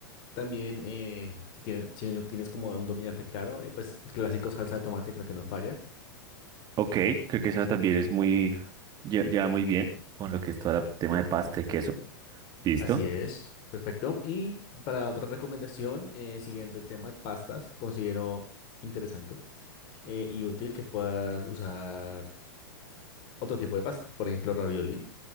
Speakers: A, on the left; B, on the right.
A: También, eh, si, tiene- si no tienes como un dominante claro, eh, pues el clásico salsa de tomate creo que no falla.
B: Ok, creo que esa también es muy, ya, ya muy bien con lo que es todo el tema de pasta y queso. ¿Listo?
A: Así es, perfecto. Y para otra recomendación, eh, siguiendo el tema de pastas, considero interesante eh, y útil que puedas usar otro tipo de pasta, por ejemplo, raviolis,